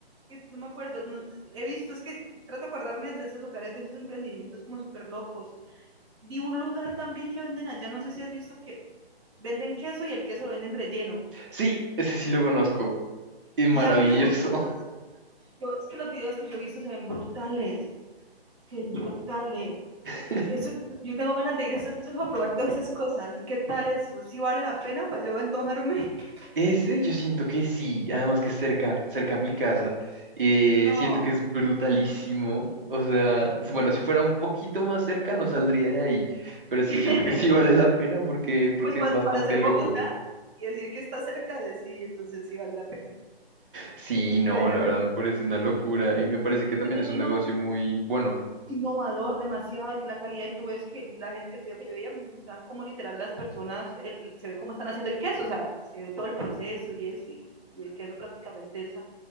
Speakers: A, on the right (about 30°); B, on the right (about 55°).
A: que no me acuerdo, no- he visto, es que trato de acordarme de esos lugares, de esos emprendimientos como súper locos. Vi un lugar también que venden allá, no sé si has visto que venden queso y el queso lo venden relleno.
B: Sí, ese sí lo conozco, es maravilloso.
A: ¿Y has ido? Yo, es que los videos que yo he visto se ven brutales, que ven brutales.
B: <laughs>
A: Yo, eso, yo tengo ganas de ir eso, solo a probar todas esas cosas. ¿Qué tal eso? ¿Si vale la pena para yo antojarme? <laughs>
B: Ese yo siento que sí, además que es cerca, cerca a mi casa, eh,
A: No.
B: siento que es brutalísimo. O sea, s- bueno, si fuera un poquito más cerca no saldría de ahí, pero sí,
A: <laughs>
B: siento que sí vale la pena porque, porque
A: pues para,
B: es bastante
A: para ser
B: loco.
A: Bogotá y decir que está cerca de sí, entonces sí vale la pena.
B: Sí, no,
A: Medianamente.
B: la verdad me parece una locura y me parece que también
A: Este relleno
B: es un negocio muy bueno.
A: innovador demasiado y que la calidad y tú ves que la gente el video que yo veía mostraban como literal las personas el, se ve cómo están haciendo el queso o sea se ve todo el proceso y eso y, y el queso prácticamente es